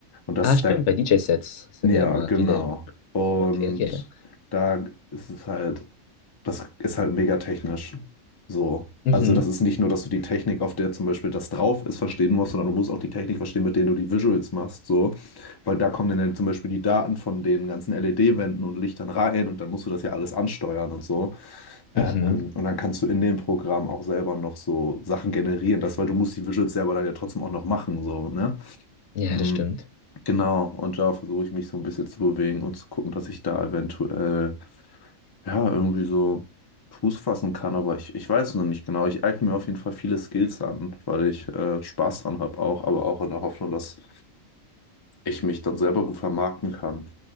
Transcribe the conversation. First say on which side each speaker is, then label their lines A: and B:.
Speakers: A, on the left; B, on the left.
A: Und das
B: Ah,
A: ist
B: stimmt,
A: der,
B: bei DJ-Sets sind
A: ja,
B: ja immer
A: genau.
B: viele.
A: Und
B: Okay, okay.
A: da ist es halt, das ist halt mega technisch. So.
B: Mhm.
A: Also das ist nicht nur, dass du die Technik, auf der zum Beispiel das drauf ist, verstehen musst, sondern du musst auch die Technik verstehen, mit der du die Visuals machst, so. Weil da kommen dann ja zum Beispiel die Daten von den ganzen LED-Wänden und Lichtern rein und dann musst du das ja alles ansteuern und so. Äh,
B: Mhm.
A: ähm, und dann kannst du in dem Programm auch selber noch so Sachen generieren, das, weil du musst die Visuals selber dann ja trotzdem auch noch machen, so, ne?
B: Ja,
A: Mhm.
B: das stimmt.
A: Genau, und da versuche ich mich so ein bisschen zu bewegen und zu gucken, dass ich da eventuell, ja, irgendwie so Fuß fassen kann, aber ich, ich weiß es noch nicht genau. Ich eigne mir auf jeden Fall viele Skills an, weil ich äh, Spaß dran habe auch, aber auch in der Hoffnung, dass ich mich dann selber gut vermarkten kann.